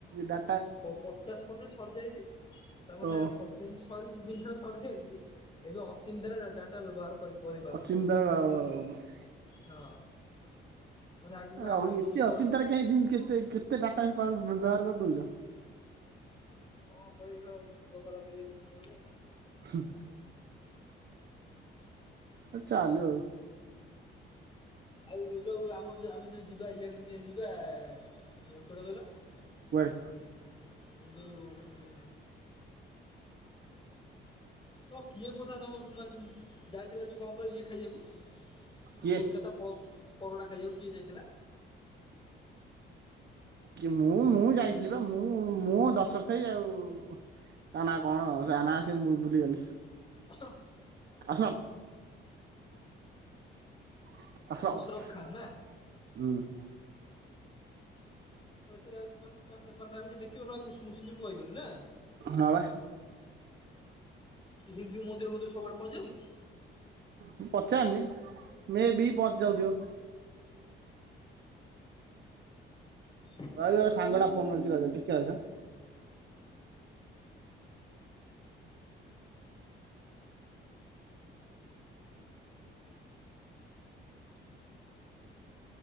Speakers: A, on the right; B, on the left.
A: ଡା
B: ପ ପଚାଶ ପରସେଣ୍ଟ ସରିଯାଇଛି ତାମାନେ
A: ଓ
B: ପଚ ଯେମିତି ସରି ଜିନିଷ ଟା ସରି ଯାଇଛି ଏବେ ଅଚିନ୍ତାରେ ଡାଟା ବ୍ୟବହାର କରି କରିପାରନ୍ତୁ।
A: ଅଚିନ୍ତା ଆଉ
B: ହଁ। ମାନେ ଆଗକୁ ଆହୁରି
A: ଆଉ ଏତେ
B: କିଛି ଛ
A: ଅଚିନ୍ତାରେ କେହି କେତେ କେତେ ଡାଟା ବ୍ୟବହାର କରିଦଉଛ।
B: କଣ କରିବି ଭାଇ ମୁଣ୍ଡ ଖରାପ ହେଇଯାଉଛି ବେଳେ ବେଳେ ଆଉ।
A: ହୁଁ। ଆ ଚାଲୁ ଆଉ।
B: ଆଉ ମିଠୁ ବାବୁ ଆମର ଯଉ ଆମେ ଯୋଉ ଯିବା ଇଆଡେ ଦିନେ ଯିବା କୁଆଡେ କହିଲ?
A: କୁଆଡେ?
B: <unintelligible> ତମକୁ କିଏ କହୁଥିଲା ତମକୁ ଯାଇଥିଲା ଯୋଉ କଣ କ ଇଏ ଖାଇବାକୁ
A: କିଏ
B: କୋଲକାତା ପରଟା ଖାଇବାକୁ କିଏ ଯାଇଥିଲା?
A: କିଏ ମୁଁ ମୁଁ ଯାଇଥିଲି ବା ମୁଁ ମୁଁ ଦଶ ଖାଇ ଆଉ ତା ନା କଣ ତା ନା ସେ ମୁ ଭୁଲିଗଲି।
B: ଅସର
A: ଆସମ <unintelligible>
B: ଅସରଫ ଖାନ୍ ନା
A: ହୁଁ
B: <unintelligible> ଦେଖିବ ମୁସଲିମ କହିବନି ନା!
A: ହଁ ବା।
B: ହିନ୍ଦୁ ମନ୍ଦିର ମନ୍ଦିର ସବୁଆଡେ ପସିଯାଉଛି।
A: ମୁଁ ପଚାରନି ମେ ବି ପହଞ୍ଚି ଯାଉଥିବ।
B: ଶଳାରେ।
A: ଭାଇ ମୋ ସାଙ୍ଗଟା ଫୋନ କରିଛି ରହିଯା ଟିକେ ରହିଥା।